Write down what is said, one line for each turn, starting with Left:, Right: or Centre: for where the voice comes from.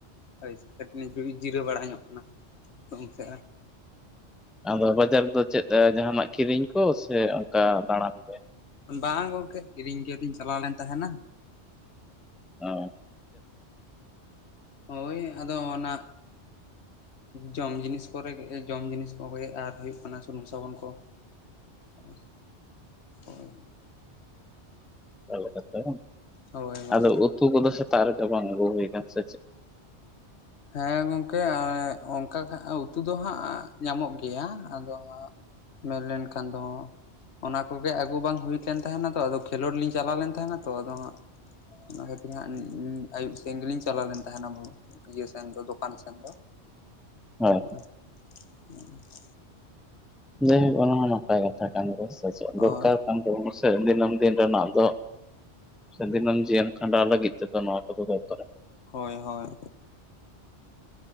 Left: ᱳᱭ ᱠᱟᱹᱴᱤᱡ ᱡᱩ ᱡᱤᱨᱟᱹᱣ ᱵᱟᱲᱟ ᱧᱚᱜ ᱠᱟᱱᱟ ᱜᱚᱝᱠᱮ
Centre: ᱟᱫᱚ ᱵᱟᱡᱟᱨ ᱫᱚ ᱪᱮᱫ ᱡᱟᱦᱟᱱᱟᱜ ᱠᱤᱨᱤᱧ ᱠᱚ ᱥᱮ ᱚᱱᱠᱟ ᱫᱟᱬᱟᱱ ᱜᱮ
Left: ᱵᱟᱝ ᱜᱚᱝᱠᱮ ᱠᱤᱨᱤᱧ ᱜᱮᱞᱤᱧ ᱪᱟᱞᱟᱣ ᱞᱮᱱ ᱛᱟᱦᱮᱱᱟ
Centre: ᱚ
Left: ᱦᱚᱭ ᱟᱫᱚ ᱚᱱᱟ ᱡᱚᱢ ᱡᱤᱱᱤᱥ ᱠᱚᱨᱮ ᱡᱚᱢ ᱡᱤᱱᱤᱥ ᱠᱚᱜ ᱟᱨ ᱦᱩᱭᱩᱜ ᱠᱟᱱᱟ ᱥᱩᱱᱩᱢ ᱥᱟᱵᱚᱱ ᱠᱚ ᱟᱪ ᱦᱚᱭ
Centre: ᱞᱮᱠᱟᱛᱮ ᱵᱟᱝ
Left: ᱦᱳᱭ ᱦᱳᱭ
Centre: ᱟᱫᱚ ᱩᱛᱩ ᱠᱚᱫᱚ ᱥᱮᱛᱟᱜ ᱨᱮᱫᱚ ᱵᱟᱝ ᱟᱹᱜᱩ ᱦᱩᱭ ᱟᱠᱟᱱ ᱥᱮ ᱪᱮᱫ
Left: ᱦᱮᱸ ᱜᱚᱢᱠᱮ ᱚᱱᱠᱟ ᱠᱷᱟ ᱩᱛᱩ ᱫᱚ ᱦᱟᱸᱜ ᱧᱟᱢᱚᱜ ᱜᱮᱭᱟ ᱟᱫᱚ ᱢᱮᱱ ᱞᱮᱱ ᱠᱷᱟᱱ ᱫᱚ ᱚᱱᱟ ᱠᱚᱜᱮ ᱟᱹᱜᱩ ᱵᱟᱝ ᱦᱩᱭᱞᱮᱱ ᱛᱟᱦᱮᱱᱟ ᱛᱚ ᱟᱫᱚ ᱠᱷᱮᱞᱳᱰ ᱞᱤᱧ ᱪᱟᱞᱟᱣ ᱞᱮᱱ ᱛᱟᱦᱮᱱᱟ ᱛᱚ ᱟᱫᱚ ᱦᱟᱸᱜ ᱚᱱᱟ ᱠᱷᱟᱹᱛᱤᱨ ᱦᱟᱸᱜ ᱟᱹᱭᱩᱵ ᱥᱮᱱ ᱜᱮᱞᱤᱧ ᱪᱟᱞᱟᱣ ᱞᱮᱱ ᱛᱟᱦᱮᱱᱟ ᱟᱵᱚ ᱤᱭᱟᱹ ᱥᱮᱱ ᱫᱚ ᱫᱚᱠᱟᱱ ᱥᱮᱱ ᱫᱚ
Centre: ᱦᱳᱭ
Left: ᱦᱸ <inaudible>
Centre: ᱡᱟᱭᱦᱳ <unintelligible> ᱚᱱᱟ ᱦᱚᱸ ᱱᱟᱯᱟᱭ ᱠᱟᱛᱷᱟ ᱠᱟᱱ ᱜᱮᱭᱟ ᱥᱮ ᱪᱮᱫ
Left: ᱦᱳᱭ
Centre: ᱫᱚᱨᱠᱟᱨ ᱠᱟᱱ ᱛᱟᱵᱚᱱᱟ ᱥᱮ ᱫᱤᱱᱟᱹᱢ ᱫᱤᱱ ᱨᱮᱱᱟᱜ ᱫᱚ᱾ ᱥᱮ ᱫᱤᱱᱟᱹᱢ ᱡᱤᱭᱚᱱ ᱠᱷᱟᱸᱰᱟᱣ ᱞᱟᱹᱜᱤᱫ ᱛᱮ ᱫᱚ ᱱᱚᱣᱟ ᱠᱚᱫᱚ ᱫᱚᱨᱠᱟᱨᱚᱜ
Left: ᱦᱚᱭ ᱦᱚᱭ